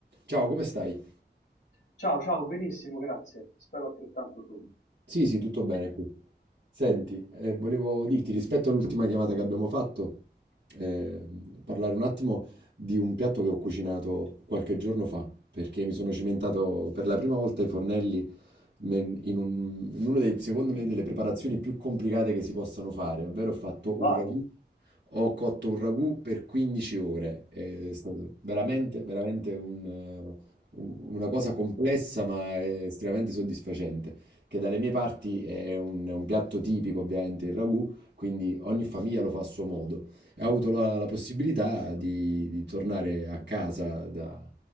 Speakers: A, on the right; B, on the left.
A: Ciao, come stai?
B: Ciao, ciao, benissimo, grazie. Spero altrettanto tu.
A: Sì, sì, tutto bene qui. Senti, eh, volevo dirti rispetto all'ultima chiamata che abbiamo fatto, eh, parlare un attimo di un piatto che ho cucinato qualche giorno fa, perché mi sono cimentato per la prima volta ai fornelli me- in, un- in uno dei, secondo me, delle preparazioni più complicate che si possano fare, ovvero ho fatto
B: Vai.
A: un ragù, ho cotto un ragù per 15 ore, è stato veramente, veramente un, eh, un- una cosa complessa ma eh, estremamente soddisfacente, che dalle mie parti è un, è un piatto tipico ovviamente il ragù, quindi ogni famiglia lo fa a suo modo e ho avuto la, la possibilità di, di tornare a casa da,